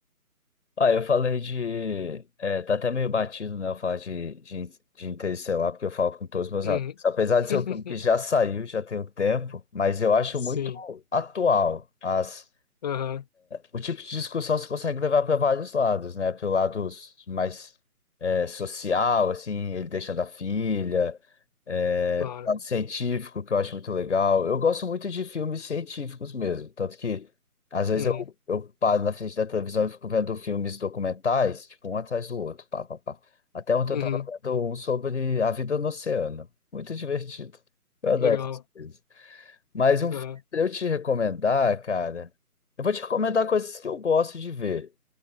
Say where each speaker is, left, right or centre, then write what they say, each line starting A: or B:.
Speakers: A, on the left; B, on the left.
A: Ah, eu falei de. É, tá até meio batido, né? Eu falar de, de, de Interestelar, porque eu falo com todos os meus
B: Uhum,
A: amigos. Apesar
B: <laughs>
A: de ser um filme que já saiu, já tem um tempo, mas eu acho
B: sim,
A: muito atual as,
B: aham,
A: o tipo de discussão você consegue levar para vários lados, né? Pelo lado mais é, social, assim, ele deixando a filha, é,
B: claro.
A: pro lado científico, que eu acho muito legal. Eu gosto muito de filmes científicos mesmo, tanto que às vezes
B: Uhum.
A: eu, eu paro na frente da televisão e fico vendo filmes documentais, tipo, um atrás do outro, pá, pá, pá. Até ontem
B: Uhum,
A: eu tava vendo um sobre a vida no oceano. Muito divertido. Eu adoro
B: legal.
A: essas coisas. Mas um
B: Aham,
A: filme pra eu te recomendar, cara, eu vou te recomendar coisas que eu gosto de ver.